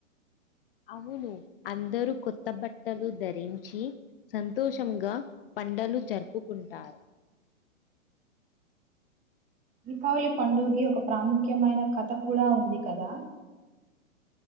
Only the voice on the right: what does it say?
దీపావళి పండుగకి ఒక ప్రాముఖ్యమైన కథ కూడా ఉంది కదా